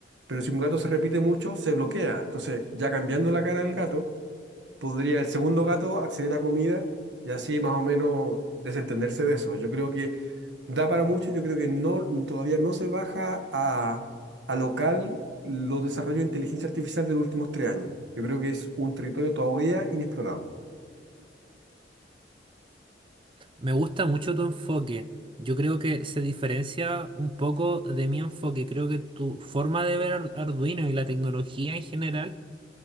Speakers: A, on the right; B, on the right.
A: pero si un gato se repite mucho, se bloquea. Entonces, ya cambiando la cara del gato podría el segundo gato acceder a comida y así más o menos desentenderse de eso. Yo creo que da para mucho, yo creo que no, todavía no se baja a, a local los desarrollos de inteligencia artificial de los últimos tres años. Yo creo que es un territorio todavía inexplorado.
B: Me gusta mucho tu enfoque. Yo creo que se diferencia un poco de mi enfoque. Creo que tu forma de ver Ar- Arduino y la tecnología en general